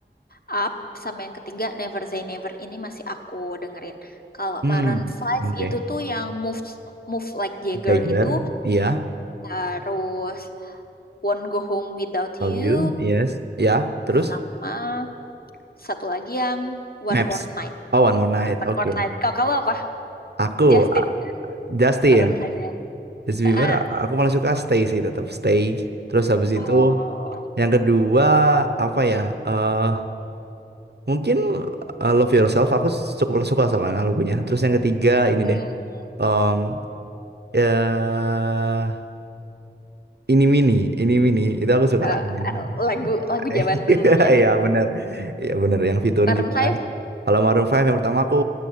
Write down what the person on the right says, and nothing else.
Hmm,
oke.
Tiger,
iya.
Told
you, yes. Ya, terus?
Maps.
Oh, One More Night,
oke.
Aku
a- Justin,
Justin
Bieber, a- aku paling suka Stay sih, tetap Stay. Terus habis
itu yang kedua apa ya? eh mungkin eh, Love Yourself aku cukup suka sama lagunya. Terus yang ketiga ini
deh. em eh ini mini, ini mini. Itu aku suka
lagunya. <laughs>
Iya, bener. Iya, bener yang featuring
juga
kan. Kalau Maroon Five yang pertama aku